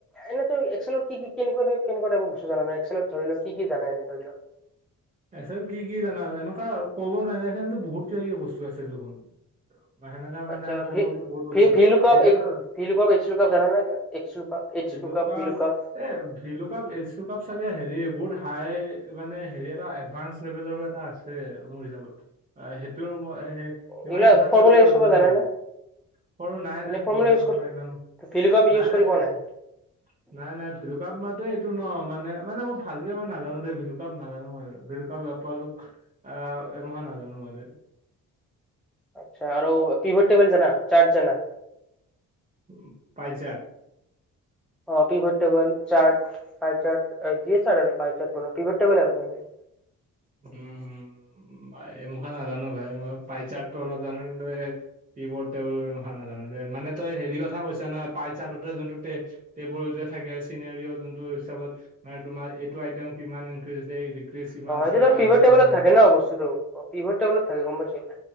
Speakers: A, in the centre; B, on the right.
A: এনেইতো এক্সেলত কি কেনেৱা কেনেকুৱা টাইপৰ বস্তু জান একসেলত ধৰি ল কি জানা এনে ধৰি লোৱা।
B: আছে কি জানা এনেকুৱা ক'ব নোৱাৰ নাই বহুত কিব কিবি বস্তু আছে দেখোন। সেনেকাে মানে
A: আচ্ছা
B: কব
A: ভি
B: গতো বহুত বছৰ
A: ভি ভি লুকআপ
B: এতিয়াতো।
A: ভি লুকআপ এইচ লুকআপ জানা না এইবিলাক এইচ লুকআপ এইচ লুকআপ
B: লোক।
A: ভি লুকআপ
B: এ ভিলুকাপ এচুকাপ চাগে হেৰি বহুত হাই মানে হেৰি এ এডভানস লেভেলৰো এটা আছে আৰু মোৰ হিচাপত। অ সেইটো মই ইমান
A: এইবিলাক
B: এডভাস
A: ফৰ্মুলা
B: লেভেলত
A: ইউজ
B: জানা
A: কৰিব
B: নেকি
A: জানানে?
B: তুমি? সৰু নাই
A: এনে
B: নাই
A: ফৰ্মুলা
B: ফৰ্মলা
A: ইউজ
B: ফৰ্মলা
A: কৰি
B: ইমান,
A: ভিলুকাপ ইউজ
B: নাই নাই
A: কৰি
B: সে হৈছে।
A: <inaudible>
B: নাই নাই ভিলু কাপ মাতে এইটো ন মানে মানে মই ভালকে মই নাজানো দে ভিলুকাপ নাজানো মই। বলেকা বেপাৰ লোক আহ এমহে নাজানো মানে।
A: আচ্ছা আৰু কিবোদ তিবোদ যানা চাট জানা?
B: উ পাই যাৰ।
A: অ পিভাৰটেবলাৰ চাটচ পাই চাচ আৰু যি চাচ পাই চাচ পিভাৰটেবল আৰু মেইনলি।
B: উম হম এ মুখা নাজানো ভাই মই পাইছাৰটো অলপ জানো কিন্তু এই। কি বৰ্ড টেবুল এই মাখা নাজানো যে মানে তই হেৰি কথা কৈছা নয় পাইচাতে যোনটো- টেবুল যে থাকে চিনোৰীয়ো যোনটো হিচাপত মানে তোমাৰ এইটো আইটেম কিমান ইনক্ৰিজ দেই- ডিক্ৰিচ কিমান হৈছে।
A: এইটো
B: বা
A: কিবোড
B: এনেকুৱা
A: টেবুলত
B: ধৰণৰ
A: থাকে ন বস্তুতো কিবোড টেবুলত থাকে গম পাইছো।